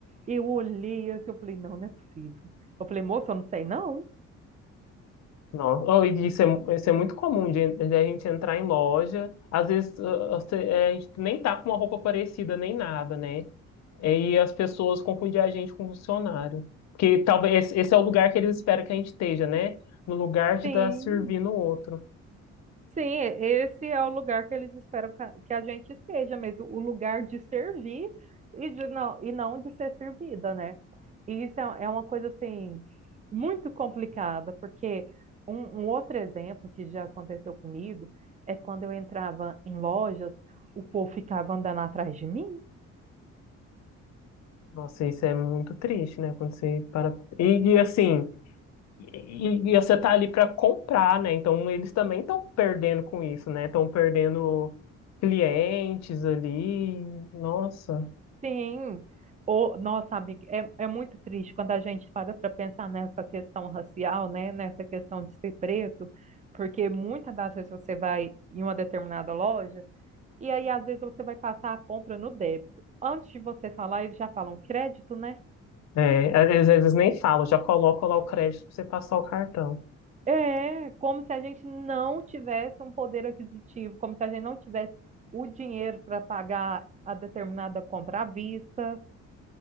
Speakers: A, on the right; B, on the left.
A: Eu olhei assim, eu falei, não, não é possível. Eu falei, moça, eu não sei não.
B: Nossa, oh, e isso é, mu- isso é muito comum de, de a gente entrar em loja, às vezes ah, ah, você- é, a gente nem tá com uma roupa parecida nem nada, né? E as pessoas confundem a gente com funcionário. Porque talvez esse esse é o lugar que eles esperam que a gente esteja, né? No lugar de
A: Sim.
B: estar servindo o outro.
A: Sim, esse é o lugar que eles esperam ca- que a gente esteja mesmo, o lugar de servir e, de não, e não de ser servida, né? E isso é, é uma coisa, assim, muito complicada, porque um, um outro exemplo que já aconteceu comigo é quando eu entrava em lojas, o povo ficava andando atrás de mim,
B: Nossa, isso é muito triste, né? Quando você para. E, e, assim, e, e você tá ali para comprar, né? Então eles também estão perdendo com isso, né? Estão perdendo clientes ali. Nossa.
A: Sim. O, nossa, amiga, é, é muito triste quando a gente para para pensar nessa questão racial, né? Nessa questão de ser preto, porque muitas das vezes você vai em uma determinada loja e aí às vezes você vai passar a compra no débito. Antes de você falar, eles já falam crédito, né?
B: É, às vezes nem falo, já coloco lá o crédito para você passar o cartão.
A: É, como se a gente não tivesse um poder aquisitivo, como se a gente não tivesse o dinheiro para pagar a determinada compra à vista.